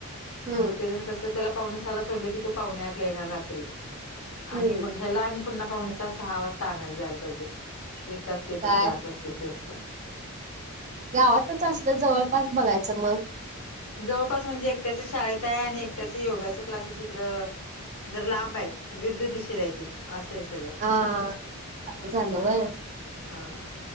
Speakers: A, on the right (about 30°); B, on the left (about 75°).
A: हम्म
B: मग ते जर कस त्याला पावणेसाला सोडलं की तू पाहूणे आठला येणार रात्री
A: हम्म
B: आणि मग ह्याला आणि पुन्हा पाहुणेचा सहा वाजता आणायला जायला पाहिजे एक तास ते पर्ण
A: काय
B: क्लास पिक्चर्स
A: गावातच असलं जवळपास बघायचं मग.
B: जवळपास म्हणजे एकट्याच शाळेत आहे आणि एकट्याच योगाच क्लासेस इकडं. जर लांब आहे विरदु दिशेला आहे ते. अस आहे सगळ
A: हा असं
B: हा
A: झालं व्हय
B: हा‌.